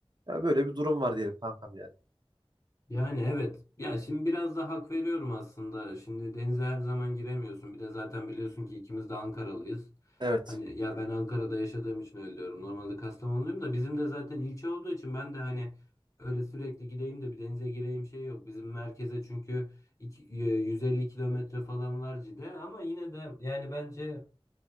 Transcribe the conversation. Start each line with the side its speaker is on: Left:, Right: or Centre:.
Right: Ya böyle bir durum var diyelim kankam yani.
Left: Yani evet. Ya şimdi biraz da hak veriyorum aslında. Şimdi denize her zaman giremiyorsun. Bir de zaten biliyorsun ki ikimiz de Ankaralıyız.
Right: Evet.
Left: Hani ya ben Ankara'da yaşadığım için öyle diyorum. Normalde Kastamonluyum da bizim de zaten ilçe olduğu için ben de hani öyle sürekli gideyim de bir denize gireyim şey yok. Bizim merkeze çünkü iki- e, 150 kilometre falan var Cide ama yine de yani bence